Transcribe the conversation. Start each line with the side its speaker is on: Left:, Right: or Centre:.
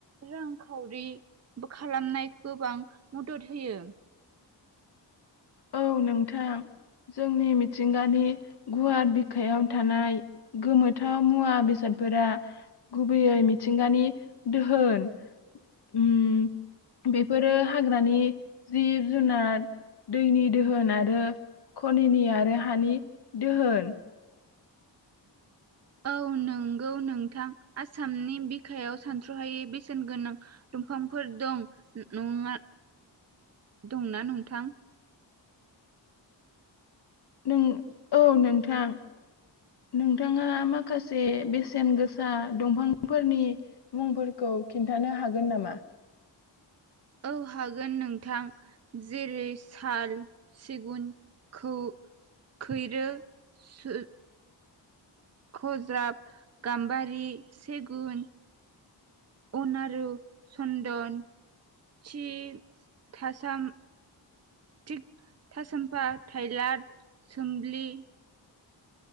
Right: रांखावरि खालामनाय गोबां मदद होयो।
Left: औ नोंथां जोंनि मिथिंगानि गुवार बिखायाव थानाय गोमोथाव मुवा बेसादफोरा गुबैयै मिथिंगानि दोहोन उम बेफोरो हाग्रानि जिब जुनार दैनि दोहोन आरो खनिनि आरो हानि दोहोन।
Right: औ नंगौ नोंथां आसामनि बिखायाव सानथ्रहायै बेसेन गोनां दंफांफोर दं नङा दंना नोंथां?
Left: नों औ नोंथां नोंथाङा माखासे बेसेन गोसा दंफांफोरनि मुंफोरखौ खिन्थानो हागोन नामा?
Right: औ हागोन नोंथां जेरै साल सिगुनखौ खैरो सु खज्राब गाम्बारि सेगुन उनारु सन्दन थि थासाम थिग थासामफा थाइलड सोमलि